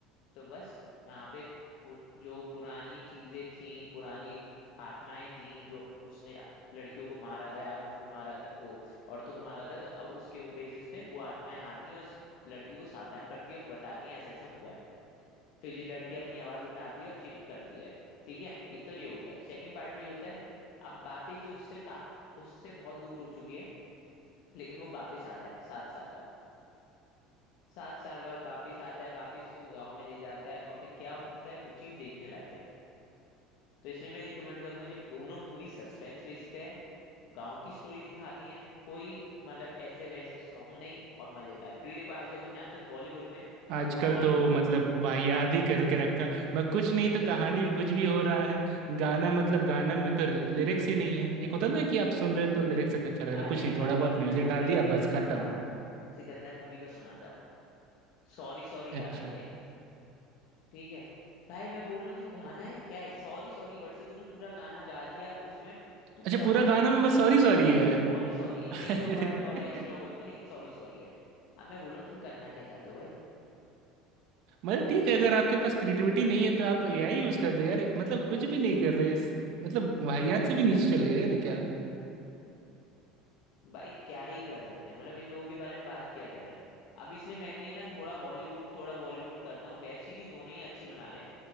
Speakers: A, on the left; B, on the right.
A: तो बस वहां पे पु, जो पुरानी चीजें थी पुरानी आत्माएं थी जो उसने लड़कियों को मारा था आदमियों को मारा था वो औरतों को मारा था तो अब उसके बेसिस पे वो आत्माएं आती हैं और इस लड़की को सावधान करती है और बताती हैं ऐसा ऐसा हुआ है फिर ये लड़की अपनी आवाज उठाती है और चीख करती है ठीक है एक तो ये हो गया सेकंड पार्ट में ये होता है अब बापी जी उससे का उससे बहुत दूर हो चुकी है लेकिन वो वापिस आता है सात साल बाद सात साल बाद वापिस आता है वापिस उसको गाँव में ले जाता है और फिर क्या होता है वो चीज देखने लायक है तो इसलिए मैं रिकमेंड करूंगा जब दोनों मूवी सस्पेंस बेस पे है गाँव की स्टोरी दिखाती हैं कोई मतलब ऐसे वैसे सॉन्ग नहीं और मजेदार क्योंकि देखो आजकल तुम जानते हो बॉलीवुड में सॉन्ग
B: आजकल
A: है
B: तो मतलब वाहियात ही करके रखा मैं कुछ
A: बिल्कुल
B: नहीं तो कहानी में कुछ भी हो रहा है गाना मतलब गाना में तो लिरिक्स ही नहीं है एक होता ना कि आप सुन रहे हो तो लिरिक्स एक अच्छा लग रहा
A: अरे
B: है कुछ नहीं
A: भाई
B: थोड़ा बहुत
A: मैंने
B: म्यूजिक
A: अभी
B: डाल दिया
A: एक फिल्म
B: बस
A: में सुना
B: खत्म
A: सिकंदर मूवी का सुना था सॉरी सॉरी
B: अच्छा
A: गाना था एक ठीक है भाई मैं बोल रहा हूँ ये गाना है क्या है सॉरी सॉरी वर्ड से तूने पूरा गाना गा दिया उसमें तू
B: अच्छा
A: कर
B: पूरा
A: क्या
B: गाना
A: रहा है
B: में बस सॉरी सॉरी है
A: सॉरी सॉरी है
B: <laughs>
A: एक दो वर्ड्स और एक्स्ट्रा हो गए होंगे लेकिन सॉरी सॉरी है अब मैं बोलूँ तुम करना क्या चाहते हो भाई
B: मतलब ठीक है अगर आपके पास क्रिएटिविटी नहीं है तो आप एआई यूज कर लो यार मतलब कुछ भी नहीं कर रहे इस- मतलब वाहियात से भी नीचे चल गए क्या
A: भाई क्या ही कर सकते हैं मतलब इन लोगों के बारे में बात क्या करें अब इसलिए मैं भी है ना थोड़ा हॉलीवुड थोड़ा बॉलीवुड करता हूँ वेब सीरीज दोनों ही अच्छी बना रहे हैं